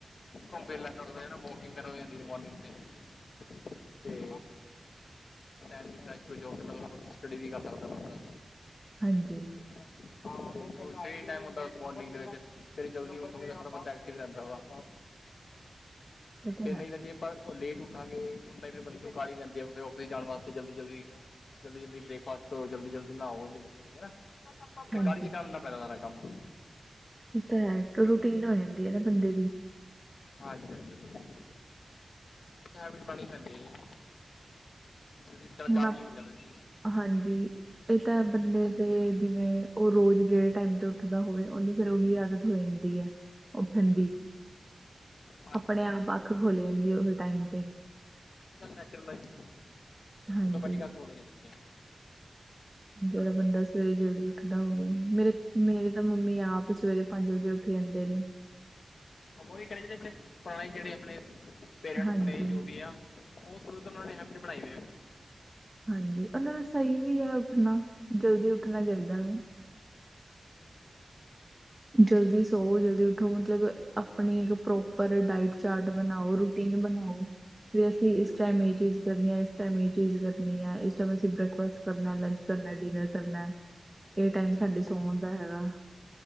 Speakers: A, on the left; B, on the right.
A: ਘੁੰ ਲੈਂਦਾ ਵੋਕਿੰਗ ਜਾਂਿੰ ਤੇ <unintelligible> ਤੇੈ ਮੈ <unintelligible> ਹੋ ਕੋਈ ਜੋਬ ਤਾਂ <unintelligible> ਸਟੱਡੀ ਵੀ ਕਰ ਸਕਦਾ ਬੰਦਾ।
B: ਹਾਂਜੀ।
A: ਹਨਾ ਤੇ ਫ ਟਾਈਮ ਹੁੰਦਾ। <unintelligible> ਮੋਰਨਿੰਗ ਦੇ ਵਿੱਚ, ਫੇਰ ਜਲਦੀ ਉੱਠਦਾ ਬੰਦਾ ਐਕਟਿਵ ਰਹਿੰਦਾ ਵਾ।
B: ਇਹ
A: ਫੇਰ
B: ਹੈ
A: ਨਹੀਂ ਤਾਂ ਜੇ <unintelligible> ਲੇਟ ਉੱਠਾਂਗੇ। ਉਹਨਾ ਹੀ ਫਿਰ ਬੰਦੇ ਤੋਂ ਕਾਹਲੀ ਹੀ ਰਹਿੰਦੇ ਆ ਫਿਰ ਆਫਿਸ ਜਾਣ ਵਾਸਤੇ ਜਲਦੀ ਜਲਦੀ ਉਹ ਜਲਦੀ- ਜਲਦੀ ਬ੍ਰੇਕਫਾਸਟ ਕਰੋ। ਜਲਦੀ -ਜਲਦੀ ਨਹਾਓ, ਜਲਦੀ -ਜਲਦੀ ਹਨਾ। ਤੇ
B: ਹਾਂਜੀ
A: ਕਾਹਲੀ ਚ ਕਰਨ ਦਾ ਪੈਂਦਾ ਸਾਰਾ ਕੰਮ।
B: ਉਹ ਤਾਂ ਹੈ। ਰੂਟੀਨ ਹੋ ਜਾਂਦੀ ਹੈ ਨਾ ਬੰਦੇ ਦੀ।
A: ਹਾਂਜੀ- ਹਾਂਜੀ ਜੀ। <unintelligible> ਇੱਥੇ ਹੈਬਿਟ ਬਣਾਨੀ ਪੈਂਦੀ ਹੈ ਜੀ। ਸੀ ਪਾਂ <unintelligible> ਚਾਰ
B: ਹੁਣ
A: ਉੜ ਜਾਂਦੇ ਸੀ।
B: ਹਾਂਜੀ। ਇਹ ਤਾਂ ਐ ਬੰਦੇ ਤੇ ਜਿਵੇਂ, ਉਹ ਰੋਜ਼ ਜਿਹੜੇ ਟਾਈਮ ਤੇ ਉੱਠਦਾ ਹੋਵੇ ਉਹਨੂੰ ਫੇਰ ਉਹੀ ਆਦਤ ਹੋ ਜਾਂਦੀ ਹੈ। ਰ <unintelligible> ਠੰਡੀ
A: ਹਾਂਜੀ
B: ਆਪਣੇ ਆਪ ਅੱਖ ਖੋਲ ਦੀ ਹੈ ਉਹੀ ਟਾਈਮ ਤੇ।
A: Natural life.
B: ਹਾਂਜੀ
A: ਓਟੋਮੈਟਿਕ ਅੱਖ ਖੁੱਲ ਜਾਂਦੀ ਹੈ।
B: ਜਿਹੜਾ ਬੰਦਾ ਸਵੇਰੇ ਜਲਦੀ ਉੱਠਦਾ ਹੋਵੇ। ਮੇਰੇ, ਮੇਰੇ ਤਾਂ ਮੰਮੀ ਆਪ ਸਵੇਰੇ ਪੰਜ ਵਜੇ ਉੱਠ ਜਾਂਦੇ ਨੇ।
A: ਉਹੀ ਕਰੇ। ਜਿਹੜੇ ਆਪਣੇ <unintelligible> ਪੁਰਾਣੇ ਜਿਹੜੇ ਆਪਣੇ ਪੇਰੈਂਟਸ
B: ਹਾਂਜੀ
A: ਨੇ ਜੋ ਵੀ ਆ। ਉਹ ਸ਼ੁਰੂ ਤੋਂ ਉਹਨਾਂ ਨੇ ਹੈਬਿਟ ਬਣਾਈ ਹੋਈ ਵੀ ਆ।
B: ਹਾਂਜੀ ਉਹ ਨਾਲ ਸਹੀ ਵੀ ਆ ਉੱਠਣਾ ਜਲਦੀ ਉੱਠਣਾ ਚਾਹੀਦਾ ਵਾ ਜਲਦੀ ਸੌਓ, ਜਲਦੀ ਉੱਠੋ, ਮਤਲਬ ਆਪਣੀ ਇੱਕ <unintelligible> ਪ੍ਰੋਪਰ ਡਾਇਟ ਚਾਰਟ ਬਣਾਓ ਰੂ ਟੀਨ ਬਣਾਓ। ਵੀ ਅਸੀਂ ਇਸ ਟਾਈਮ
A: ਜੀ
B: ਇਹ ਚੀਜ਼ ਕਰਨੀ ਆ। ਇਸ ਟਾਈਮ ਇਹ ਚੀਜ਼ ਕਰਨੀ ਐ। ਇਸ ਟਾਈਮ ਅਸੀਂ ਬ੍ਰੇਕਫਾਸਟ ਕਰਨਾ, ਲੰਚ ਕਰਨਾ, ਡਿਨਰ ਕਰਨਾ। ਇਹ ਟਾਈਮ
A: ਜੀ
B: ਸਾਡੇ ਸੋਣ ਦਾ ਹੈਗਾ।